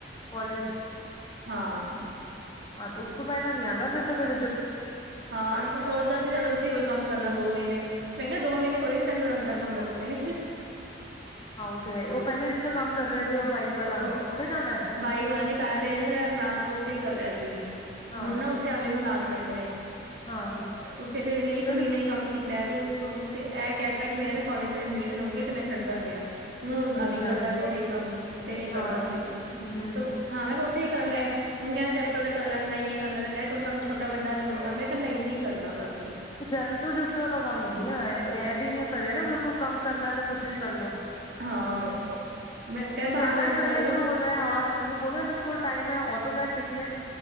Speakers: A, on the left; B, on the right.
A: ਕੋਲੇਜ।
B: ਹਾਂ।
A: ਆ ਤੋ ਓਸ ਤੋ ਪੈਲਾ ਨੀ ਆਂਦਾ ਫੇਰ ਤਾਂ ਫੇਰ
B: ਹਾਂ, ਏ ਤੂੰ ਸੋਚਦਾ ਸੀ ਐਵੈਂ ਈ ਇਥੇ ਕੋਈ ਕਾੰਮ ਕਰ ਲਾ ਦੋ ਮੀਨੇ, ਓ ਈ ਨਾ ਦੋ ਮੀਨੇ ਕੋਈ ਨੀ ਤੈਨੂੰ ਰੱਖਦਾ ਕਮ ਆਸਤੇ
A: ਹਾਂ, ਓ ਤੇ ਹੈਈ, ਓ ਪੈਲੇ ਜਿੱਥੋਂ ਕੰਮ ਕਰ ਰੇ ਸੀ ਓ ਬਾਈਕ ਵਾਲਾ
B: ਉਹ
A: ਉੱਥੇ ਜਾਨਾ ਐ?
B: ਬਾਈਕ ਵਾਲਾ ਨੀ ਪੈਲਾ ਤਾ ਇਨੇ ਟਰਾਂਸਪੋਰਟ ਤੇ ਈ ਕਰ ਰੇਆ ਸੀ।
A: ਹਾਂ।
B: <unintelligible> ਲਾਤਾ ਐਨੇ,
A: ਹਾਂ
B: ਉਥੇ ਫੇਰ ਮੈਂ ਇੱਕ
A: ਫਿਰ
B: ਮੀਨਾ ਹੀ ਕੰਮ ਕੀਤਾ‌। ਤੂੰ ਫੇਰ ਐ ਕੈ ਤਾ ਕਿ ਮੇਰੇ ਨਾ ਕੋਾਲਜ ਚ ਐਡਮਿਸ਼ਨ ਹੋ ਗਿਆ ਤੇ ਮੈਂ ਛੱਡਦਾ ਪੇਆ। ਓ
A: ਠੀਕ
B: ਦਾ ਵੀ
A: ਹੈ
B: ਕਾਰਦੈ ਉੱਥੇ ਈ ਕਾੰਮ ਜਿੱਥੇ ਏ
A: ਹਾਂ
B: ਕਾਰਦਾ ਸੀ,
A: ਹੂੰ ਹੂੰ,
B: ਤੋ ਹਾਂ, ਫੇ ਕੈ ਓਥੇ ਈ ਕਾੱਰ ਲੇਂਖ। ਹੁਨ ਕੈਂਦਾ ਜੈਪਟੋ ਤੇ ਕਰ ਲੈਂ, ਯੇ ਕਾੱਰ ਲੈਂਦਾ ਕੈਂਦਾ ਕੋਈ ਕਾੰਮ ਛੋਟਾ ਵੱਡਾ ਨੀ ਹੁੰਦਾ, ਮੈਂ ਕਯਾ ਨਈ ਨੀ ਕਰਨਾ ਬਾੱਸ।
A: ਜਾਟੋ- ਜੁਟੋ ਦਾ ਕਾੰਮ ਨੀ ਆ ਐ, ਐਵੀ ਨਾ ਕਰੇ ਨਾ ਬਿਲਕੁਲ ਕਾੰਮ ਕਰਨਾ ਤੇ ਕੁੱਛ ਵੀ ਕਰਲੋ।
B: ਹਾਂ ਮੈਂ ਕਹਿ
A: ਕੁਛ,
B: ਬਾਹਰ
A: ਐਦਾ
B: ਲੋਕ
A: ਈ
B: ਕੀ
A: ਕਾੱਰ
B: ਕਰਦੇ
A: ਲੇ, ਜੋ ਹੋ ਜਾਏ ਹਾਂ। ਐਨੂੰ ਬੋਲੋ ਐਂਦੇ ਕੋਲ ਟਾਈਮ ਐ, ਓਟੋ ਕੈਟ ਸਿੱਖ ਲੇ।